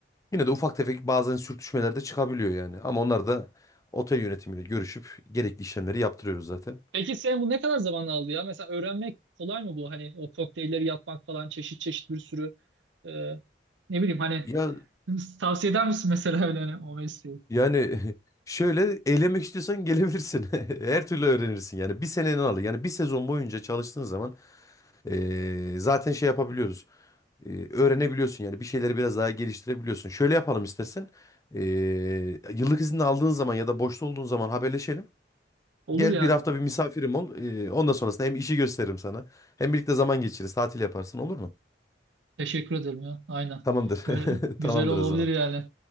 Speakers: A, on the left; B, on the right.
A: Yine de ufak tefek bazen sürtüşmeler de çıkabiliyor yani. Ama onlar da otel yönetimiyle görüşüp gerekli işlemleri yaptırıyoruz zaten.
B: Peki sen bu ne kadar zaman aldı ya? Mesela öğrenmek kolay mı bu? Hani o kokteylleri yapmak falan çeşit çeşit bir sürü e, ne bileyim hani
A: Ya
B: tavsiye eder misin mesela öyle hani o mesleği?
A: yani <laughs> şöyle eğlenmek istiyorsan gelebilirsin. <laughs> Her türlü öğrenirsin yani. Bir seneni alır. Yani bir sezon boyunca çalıştığın zaman eee, zaten şey yapabiliyoruz. Eee, öğrenebiliyorsun yani bir şeyleri biraz daha geliştirebiliyorsun. Şöyle yapalım istersen. Eee, yıllık izin aldığın zaman ya da boşta olduğun zaman haberleşelim.
B: Olur
A: Gel
B: yani.
A: bir hafta bir misafirim ol. Ee, ondan sonrasında hem işi gösteririm sana. Hem birlikte zaman geçiririz. Tatil yaparsın olur mu?
B: Teşekkür ederim ya. Aynen.
A: Tamamdır.
B: Öyle
A: <laughs>
B: güzel
A: Tamamdır
B: olabilir
A: o zaman.
B: yani.